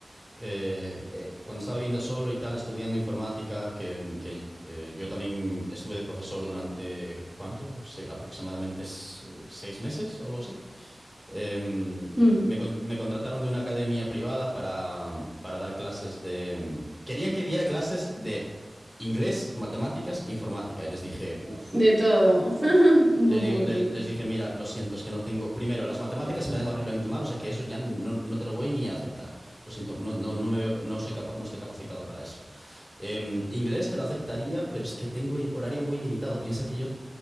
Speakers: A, in the centre; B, on the right.
A: eh, eh, cuando estaba viviendo solo y tal, estudiando informática, que, que, eh, yo también estuve de profesor durante, ¿cuánto? Se- aproximadamente s- seis meses o algo así. Em,
B: Mm,
A: me, con- me contrataron de una academia privada para, para dar clases de... em, Querían que diera clases de inglés, matemáticas, informática. Y les dije, uff.
B: De todo, <laughs> un
A: Le
B: popurrí,
A: digo- le- les dije, mira, lo siento, es que no tengo. Primero, las matemáticas se me dan horriblemente mal, o sea que eso ya no, no te lo voy ni a aceptar. Lo siento, no, no, no me veo, no soy capa- no estoy capacitado para eso. Em, inglés te lo aceptaría, pero es que tengo horario muy limitado. Piensa que yo